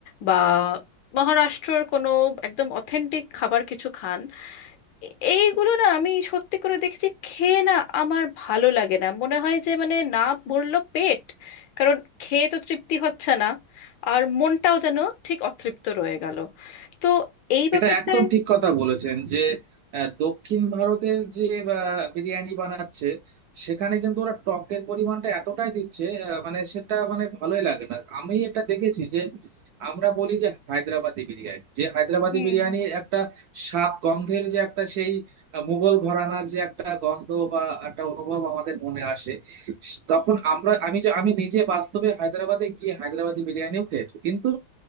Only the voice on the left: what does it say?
বা মহারাষ্ট্রর কোনো একদম অথেন্টিক খাবার কিছু খান এ- এইগুলো না আমি সত্যি করে দেখেছি খেয়ে না আমার ভালো লাগে না মনে হয় যে মানে না ভরলো পেট কারণ খেয়ে তো তৃপ্তি হচ্ছে না আর মনটাও যেন ঠিক অতৃপ্ত রয়ে গেল তো এই ব্যাপারটায়
হুম
হুম